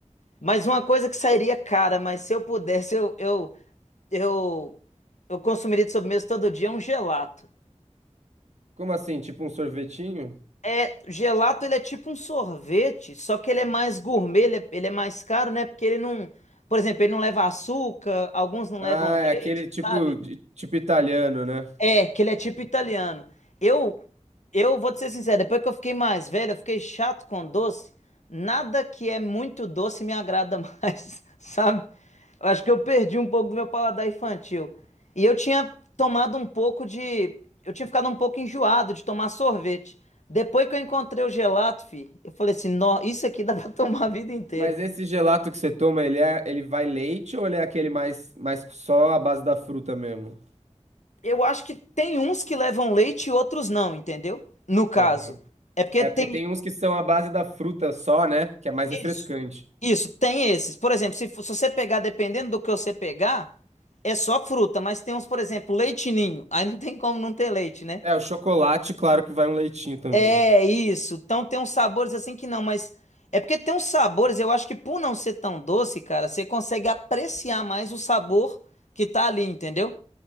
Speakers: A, on the left; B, on the right.
A: Mas uma coisa que sairia cara, mas se eu pudesse, eu, eu, eu, eu consumiria de sobremesa todo dia, é um gelato.
B: Como assim? Tipo um sorvetinho?
A: É, gelato ele é tipo um sorvete, só que ele é mais gourmet, ele é, ele é mais caro, né? Porque ele não, por exemplo, ele não leva açúcar, alguns não
B: Ah,
A: levam
B: é aquele
A: leite,
B: tipo,
A: sabe?
B: de- tipo italiano, né?
A: É, que ele é tipo italiano. Eu Eu vou te ser sincero, depois que eu fiquei mais velho, eu fiquei chato com doce. Nada que é muito doce me agrada mais, <laughs> sabe? Eu acho que eu perdi um pouco do meu paladar infantil. E eu tinha tomado um pouco de. Eu tinha ficado um pouco enjoado de tomar sorvete. Depois que eu encontrei o gelato, fi, eu falei assim: Nó, isso aqui dá pra <laughs> tomar a vida inteira.
B: Mas esse gelato que você toma, ele é, ele vai leite ou ele é aquele mais, mais só a base da fruta mesmo?
A: Eu acho que tem uns que levam leite e outros não, entendeu? No caso.
B: Aham.
A: É porque
B: É,
A: tem,
B: porque tem uns que são a base da fruta só, né? Que é mais
A: Isso,
B: refrescante.
A: isso, tem esses. Por exemplo, se, fo- se você pegar, dependendo do que você pegar, é só fruta, mas tem uns, por exemplo, leite ninho. Aí não tem como não ter leite, né?
B: É, o chocolate, claro que vai um leitinho também.
A: É
B: né?
A: isso. Então tem uns sabores assim que não, mas é porque tem uns sabores, eu acho que por não ser tão doce, cara, você consegue apreciar mais o sabor que tá ali, entendeu?